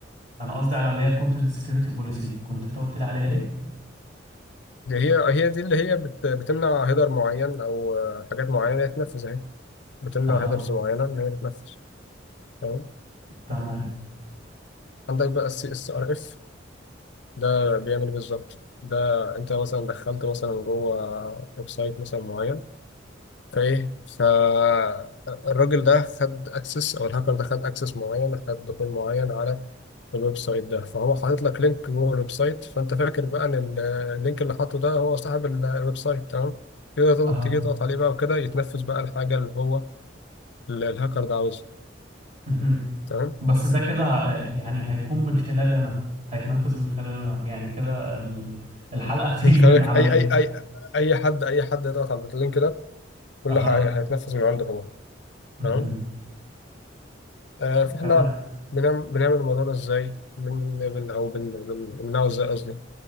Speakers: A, on the right (about 40°); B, on the left (about 65°).
A: انا قصدي على اللي هي كونتنت سكيورتي بوليسي كنت انت قلت لي عليها ايه؟
B: مم. دي هي هي دي اللي هي بت بتمنع هيدر معين او آه، حاجات معينة تتنفذ اهي بتمنع
A: اها
B: هيدرز معينة ان هي تتنفذ تمام
A: تمام
B: عندك بقى السي اس ار اف ده بيعمل إيه بالظبط ده انت مثلا دخلت مثلا جوه ويب سايت مثلا معين ايه فالراجل ده خد اكسس او الهاكر ده خد اكسس معين خد دخول معين على الويب سايت ده فهو حاطط لك لينك جوه الويب سايت فانت فاكر بقى ان ال- اللينك اللي حاطه ده هو صاحب ال- الويب سايت تمام كده تضغط-
A: اها
B: تيجي تضغط عليه بقى وكده يتنفذ بقى الحاجه اللي هو ال- الهاكر ده عاوزها
A: مهم.
B: تمام
A: بس ده كده ه- يعني هيكون من خلال انا هيتنفذ من خلال انا يعني كده ال- الحلقة <laughs> هتيجي
B: من خلالك
A: من عليا
B: اي اي اي اي حد اي حد يضغط على اللينك ده كل
A: اها
B: حاجه هيتنفذ من عنده هو
A: مهم.
B: تمام آه فاحنا
A: تمام
B: بنعمل بنعمل الموضوع ده ازاي بن بن او بن بن- بنمنعه ازاي قصدي